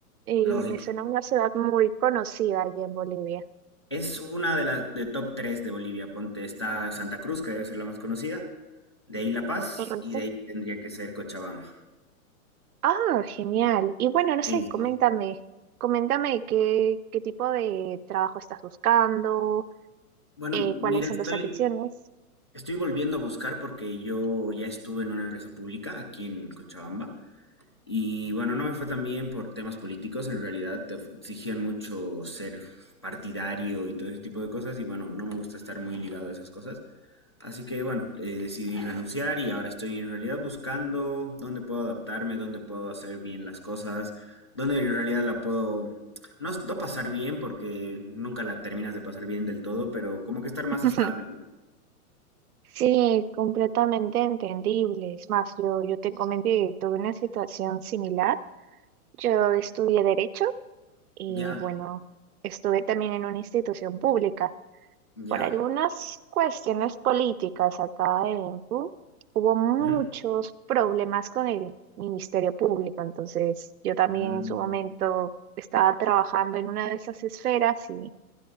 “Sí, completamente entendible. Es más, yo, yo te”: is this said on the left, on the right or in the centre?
Right